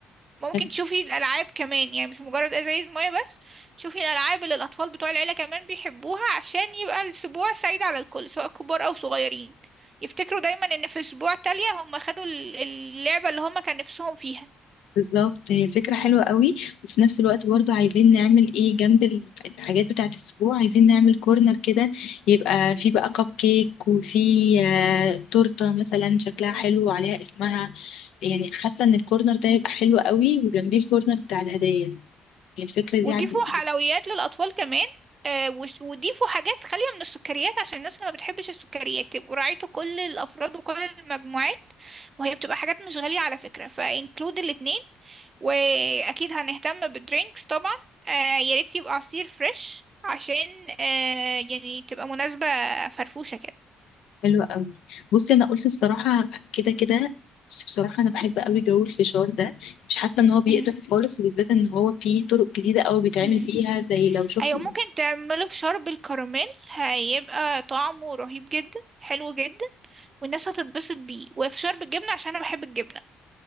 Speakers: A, on the right (about 35°); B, on the left (about 85°).
A: ممكن
B: قوي
A: تشوفي الألعاب كمان يعني مش مجرد أزايز مية بس شوفي الألعاب اللي الأطفال بتوع العيلة كمان بيحبوها عشان يبقى الأسبوع سعيد على الكل سواء كبار أو صغيرين يفتكروا دايما إن في أسبوع تالية هم خدوا ال- اللعبة اللي هم كان نفسهم فيها
B: بالظبط هي الفكرة حلوة قوي وفي نفس الوقت برضو عايزين نعمل ايه جنب ال- الحاجات بتاعة الأسبوع عايزين نعمل كورنر كده يبقى فيه بقى كب كيك وفيه آه، تورتة مثلا شكلها حلو وعليها اسمها يعني حاسة ان الكورنر ده يبقى حلو قوي وجنبيه الكورنر بتاع الهدايا هي الفكرة
A: وضيفوا
B: دي عندي
A: حلويات للأطفال كمان آه، وس- وضيفوا حاجات خالية من السكريات عشان الناس اللي ما بتحبش السكريات يبقوا راعيتوا كل الأفراد وكل المجموعات وهي بتبقى حاجات مش غالية على فكرة فانكلود الاتنين وأكيد هنهتم بالدرينكس طبعا آه، يا ريت يبقى عصير فريش عشان آه، يعني تبقى مناسبة فرفوشة كده
B: حلوة قوي بصي انا قلت الصراحة كده كده بصي بصراحة أنا بحب قوي جو الفشار ده مش حاسة إن هو بيقدر
A: مم.
B: خالص وبالذات إن هو فيه طرق جديدة أوي بيتعمل
A: مم.
B: فيها زي لو شفت
A: أيوة ممكن تعمله في شرب الكراميل هيبقى طعمه رهيب جدا حلو جدا والناس هتتبسط بيه وفشار بالجبنة عشان أنا بحب الجبنة